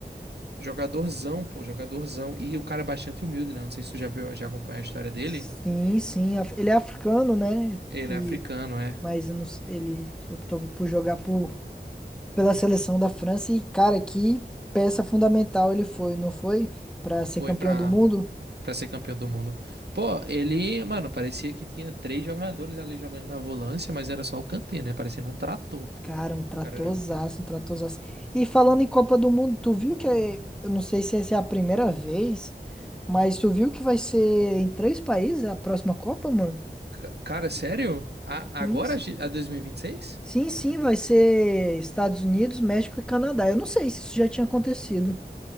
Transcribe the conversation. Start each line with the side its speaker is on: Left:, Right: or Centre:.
Right: jogadorzão, pô, jogadorzão. E o cara é bastante humilde, né? Não sei se tu já viu, já acompanhou a história dele.
Centre: Sim, sim. af- Ele é africano, né?
Right: Ele
Centre: E,
Right: é africano, é.
Centre: mas eu não s- ele optou por jogar por, pela seleção da França. E, cara, que peça fundamental ele foi, não foi? Pra ser
Right: Foi
Centre: campeão
Right: pra.
Centre: do mundo?
Right: Pra ser campeão do mundo. Pô, ele, mano, parecia que tinha três jogadores ali jogando na volância, mas era só o Kanté, né? Parecendo um trator, pô.
Centre: Cara,
Right: O
Centre: um tratorzaço,
Right: Cara, era... um-
Centre: um tratorzaço. E falando em Copa do Mundo, tu viu que, é- eu não sei se essa é a primeira vez, mas tu viu que vai ser em três países a próxima Copa, mano?
Right: Ca- Cara, sério? A,
Centre: Sim,
Right: agora
Centre: sim.
Right: a ge- a 2026?
Centre: Sim, sim, vai ser Estados Unidos, México e Canadá. Eu não sei se isso já tinha acontecido.